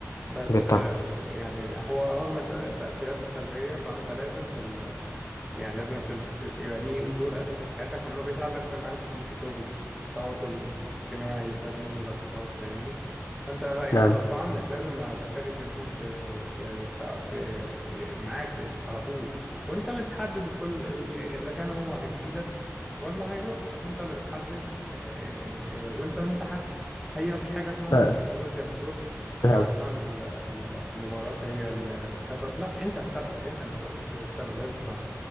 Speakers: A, in the centre; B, on the left.
A: بس
B: بالطبع
A: آه، يعني هو رغم الت- التأثيرات السلبية فأنت لازم في ال يعني لازم في ال... ت- يبقى ليه دور اساسي في حياتك وانه بيساعدك في مهام كتير في شغل في تواصل اجتماعي في تدوين مذكرات فاهمني فانت غ- يعني
B: نعم
A: غصب عنك لازم هتحتاج التليفون في في بتاع في, في معاك في... في... على طول وانت اللي بتحدد كل ال... اذا كان هو هيفيدك ولا هيضرك انت اللي بتحدد آم، آه، وانت المتحكم هي مفيش حاجه اسمها
B: نعم
A: ان التكنولوجيا بتضر مفيش
B: نعم.
A: حاجه اسمها ان ال- المباراه هي السبب لا انت السبب انت من جواك السبب لازم تبقى